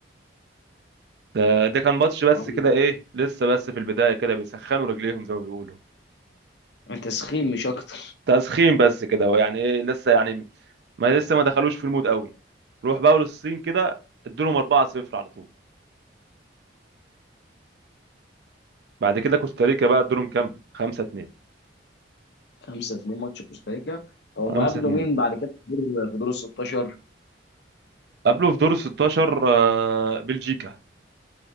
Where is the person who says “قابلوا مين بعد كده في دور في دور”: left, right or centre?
Left